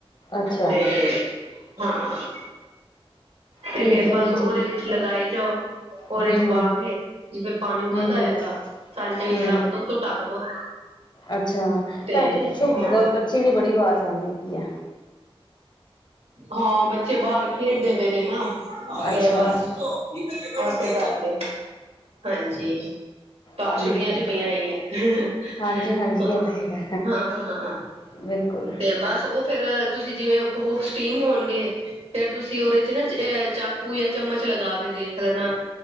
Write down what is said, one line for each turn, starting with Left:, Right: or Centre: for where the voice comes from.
Left: ਅੱਛਾ
Right: ਤੇ ਹਾਂ। ਤੇ
Left: ਠੀਕ
Right: ਫੇਰ
Left: ਹੈ
Right: ਬਸ
Left: ਭੈਣ
Right: ਉਹਦੇ
Left: ਜੀ
Right: ਵਿੱਚ ਲਗਾਈ ਜਾਓ ਓਰੇ
Left: ਹੂੰ-ਹੂੰ,
Right: ਚ ਪਾ ਕੇ ਜਿਵੇ ਪਾਣੀ ਉਬਲਦਾ
Left: ਹੂੰ-ਹੂੰ,
Right: ਹੈਗਾ ਸਾਂਚੇ ਵਿੱਚ
Left: ਹੂੰ
Right: ਰੱਖ ਦੋ ਉਤੋ ਟੱਕ ਦੋ
Left: ਅੱਛਾ
Right: ਤੇ
Left: ਭੈਣ ਜੀ ਪਿੱਛੋਂ
Right: ਹਾਂ।
Left: ਬ ਬੱਚੀ ਦੀ ਬੜੀ ਆਵਾਜ਼ ਆਂਦੀ ਪਈ ਐ।
Right: ਹਾਂ ਬੱਚੇ ਬਾਹਰ ਖੇਡਦੇ ਪਏ ਨੇ ਨਾ। ਤੇ
Left: ਅੱਛਾ
Right: ਬਸ ਬ ਤੇ ਧਰ ਦੇ। ਹਾਂਜੀ ਘਰ
Left: ਠੀਕ
Right: ਛੁੱਟੀਆਂ
Left: ਐ।
Right: ਜੂ ਪਈਆਂ ਹੋਈਆਂ ਹੈ
Left: ਹਾਂਜੀ-ਹਾਂਜੀ
Right: ਹ
Left: ਇਹ ਤਾਂ ਹੈਗਾ
Right: ਹਾਂ ਹਾਂ।
Left: ਬਿਲਕੁਲ
Right: ਤੇ ਬਸ ਉਹ ਫੇਰ ਤੁਸੀ ਜਿਵੇਂ ਉਹ ਸਟੀਮ ਹੋਣਗੇ ਫੇਰ ਤੁਸੀ ਉਹਦੇ ਚ ਨਾ ਅਹ ਚਾਕੂ ਜਾਂ ਚਮਚ ਲਗਾ ਕੇ ਦੇਖ ਲੈਣਾ।